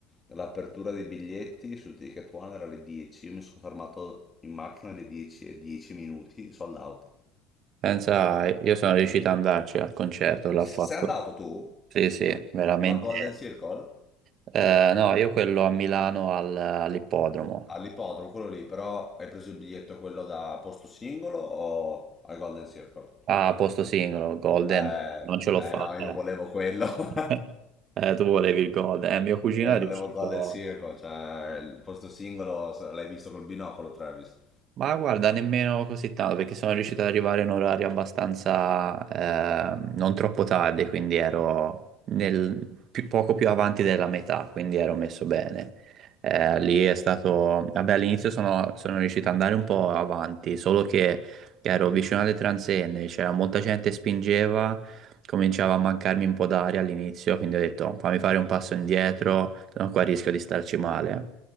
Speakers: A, on the left (about 20°); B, on the right (about 50°).
A: L'apertura dei biglietti su Ticket One era alle 10, io mi sono fermato in macchina alle 10 e 10 minuti, sold out.
B: Pensa, io sono riuscito ad andarci al concerto, l'ho
A: S-
B: fatto.
A: Sei andato tu?
B: Sì, sì, veramente.
A: Ma a Golden Circle?
B: Eh, no, io quello a Milano al- all'ippodromo,
A: All'ippodromo, quello lì, però hai preso il biglietto quello da posto singolo o al Golden Circle?
B: a posto singolo, Golden,
A: Eh,
B: non ce l'ho
A: eh
B: fatta.
A: no, io non
B: eh.
A: volevo quello. <laughs>
B: <laughs> Eh, tu volevi il Golden, eh, mio cugino
A: Eh,
B: è
A: volevo
B: riuscito.
A: il Golden Circle, cioè il posto singolo se- l'hai visto col binocolo, Travis.
B: Ma guarda, nemmeno così tanto perché sono riuscito ad arrivare in un orario abbastanza eh, non troppo tardi, quindi ero nel, più- poco più avanti della metà, quindi ero messo bene. Eh, lì è stato, vabbè, all'inizio sono, sono riuscito ad andare un po' avanti, solo che ero vicino alle transenne, c'era molta gente che spingeva, cominciava a mancarmi un po' d'aria all'inizio, quindi ho detto fammi fare un passo indietro, se no qua rischio di starci male.